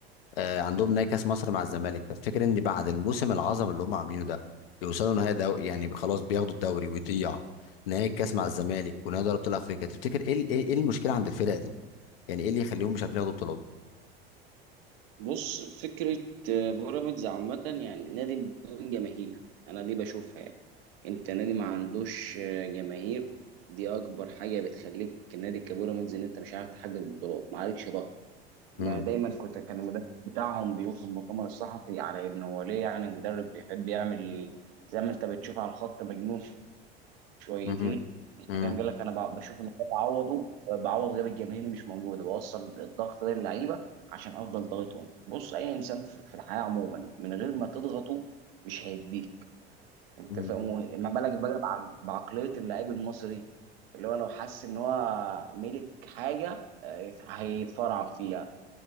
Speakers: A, on the left (about 70°); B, on the right (about 65°).
A: آه، عندهم نهائي كاس مصر مع الزمالك تفتكر ان بعد الموسم العظمه اللي هم عاملينه ده يوصلوا نهائي دو... يعني خلاص بياخدوا الدوري ويضيع نهائي الكاس مع الزمالك ونهائي دوري ابطال افريقيا تفتكر ايه ال- ايه إيه المشكله عند الفرقه دي يعني ايه اللي يخليهم مش عارفين ياخدوا بطولات
B: بص فكره آه، بيراميدز عامه يعني نادي بدون جماهير انا دي بشوفها يعني انت نادي ما عندوش آه، جماهير دي اكبر حاجه بتخليك النادي كبيراميدز ان انت مش عارف تحقق بطولات ما عليكش ضغط ما
A: امم
B: دايما كنت كان المدرب بتاعهم بيوصف مؤتمر الصحفي على انه هو ليه يعني مدرب بيحب يعمل زي ما انت بتشوف على الخط مجنون شويتين
A: امم
B: انت
A: امم
B: فاهم قال لك انا ب- بشوف ان أنا بعوضه بعوض غياب الجماهير اللي مش موجوده بوصل الضغط ده للعيبه عشان افضل ضاغطهم بص اي انسان في في الحياه عموما من غير ما تضغطه مش هيديك انت
A: أمم.
B: فاهم ما بالك بقى بع- بعقليه اللاعب المصري اللي هو لو حس ان هو ملك حاجه آه، هيتفرعن فيها